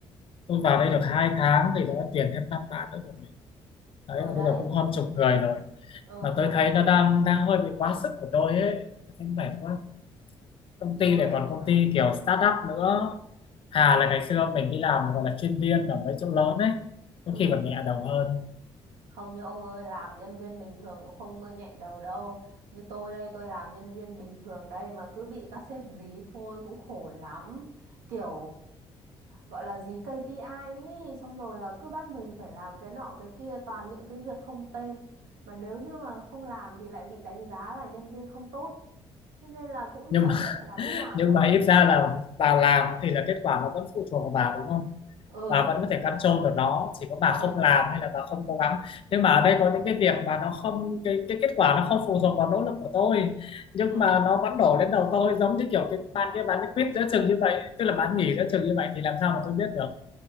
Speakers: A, on the left (about 40°); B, on the right (about 70°).
A: tôi vào đây được hai tháng thì nó đã tuyển thêm năm bạn nữa rồi đấy
B: ở
A: mà
B: đấy
A: bây giờ cũng hơn chục người rồi
B: ờ
A: mà tôi thấy nó đang đang hơi bị quá sức của tôi ấy tôi thấy mệt quá công ty
B: ôi
A: này
B: ông
A: còn công
B: à
A: ty kiểu startup nữa thà là ngày xưa mình đi làm gọi là chuyên viên ở mấy chỗ lớn ấy có
B: ừ
A: khi còn nhẹ đầu hơn
B: Không như ông ơi, làm nhân viên bình thường cũng không mơ nhẹ đầu đâu. Như tôi đây, tôi làm nhân viên bình thường đây mà cứ bị các sếp dí thôi cũng khổ lắm. Kiểu gọi là dí KPI ấy, xong rồi là cứ bắt mình phải làm cái nọ cái kia toàn những cái việc không tên. Mà nếu như mà không làm thì lại bị đánh giá là nhân viên không tốt. Thế nên là cũng
A: nhưng
B: chả
A: mà
B: biết
A: <laughs>
B: phải làm như nào
A: nhưng
B: nữa.
A: mà ít ra là bà làm thì là kết quả nó vẫn phụ thuộc vào bà đúng không
B: Ừ,
A: bà vẫn có thể control được nó chỉ có bà không
B: ừ,
A: làm hay là bà không cố gắng nhưng mà ở đây có những cái việc mà nó không cái cái kết quả nó không phụ thuộc vào nỗ lực của tôi nhưng
B: ừ,
A: mà nó vẫn đổ lên đầu tôi giống như kiểu cái bạn kia bán quýt giữa chừng như vậy tức là bán nghỉ giữa chừng như vậy thì làm sao mà tôi biết được